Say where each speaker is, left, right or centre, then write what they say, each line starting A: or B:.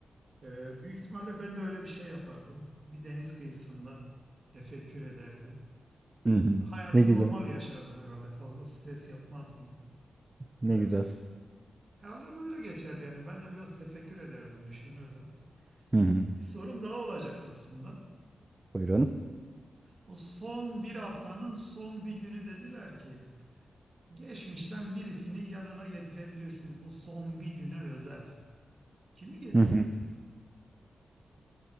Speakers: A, on the right (about 35°); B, on the right (about 20°).
A: E, büyük ihtimalle ben de öyle bir şey yapardım. Bir deniz kıyısında tefekkür ederdim.
B: Hı hı.
A: Hayatı
B: Ne güzel.
A: normal yaşardım herhalde. Fazla stres yapmazdım.
B: Ne
A: Ee,
B: güzel.
A: herhalde böyle geçerdi yani. Ben de biraz tefekkür ederdim, düşünürdüm.
B: Hı hı.
A: Bir sorum daha olacak aslında.
B: Buyurun.
A: O son bir haftanın son bir günü dediler ki geçmişten birisini yanına getirebilirsin. Bu son bir güne özel. Kimi getirirdiniz?
B: Hı hı.